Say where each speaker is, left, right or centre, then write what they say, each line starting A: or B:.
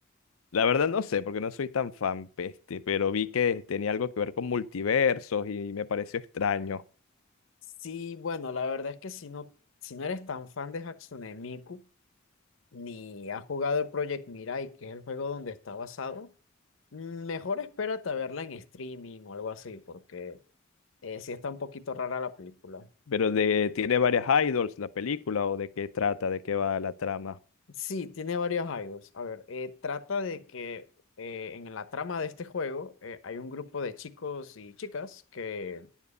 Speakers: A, on the left (about 85°); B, on the left (about 65°).
A: La verdad no sé, porque no soy tan fan, peste, pero vi que tenía algo que ver con multiversos y me pareció extraño.
B: Sí, bueno, la verdad es que si no, si no eres tan fan de Hatsune Miku, ni has jugado el Project Mirai, que es el juego donde está basado, mm, mejor espérate a verla en streaming o algo así, porque eh, sí está un poquito rara la película.
A: Pero de, tiene varias idols la película o de qué trata, de qué va la trama.
B: Sí, tiene varios idols. A ver, eh, trata de que eh, en la trama de este juego eh, hay un grupo de chicos y chicas que,